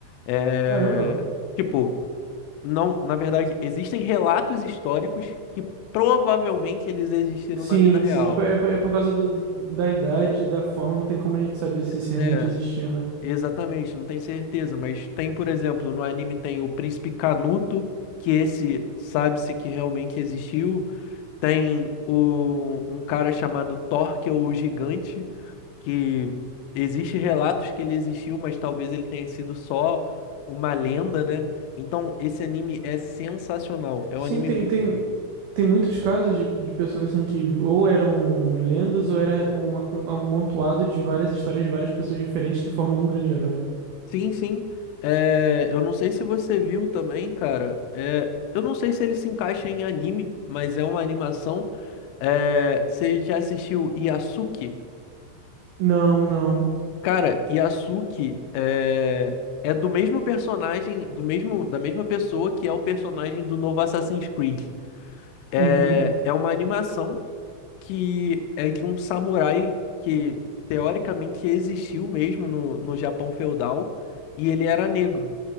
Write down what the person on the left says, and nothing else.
É,
tipo, não, na verdade, existem relatos históricos que provavelmente eles existiram
na vida real,
né?
Exatamente, não tem certeza, mas tem, por exemplo, no anime tem o Príncipe Canuto, que esse sabe-se que realmente existiu. Tem o, um cara chamado Thor, que é o Gigante, que existe relatos que ele existiu, mas talvez ele tenha sido só uma lenda, né? Então, esse anime é sensacional, é
um anime
muito
bom.
Sim, sim. É, eu não sei se você viu também, cara. É, eu não sei se ele se encaixa em anime, mas é uma animação. É, você já assistiu Yasuke?
Cara, Yasuke é, é do mesmo personagem, do mesmo, da mesma pessoa que é o personagem do novo Assassin's Creed. É,
é uma animação que é de um samurai que teoricamente existiu mesmo no, no Japão feudal e ele era negro.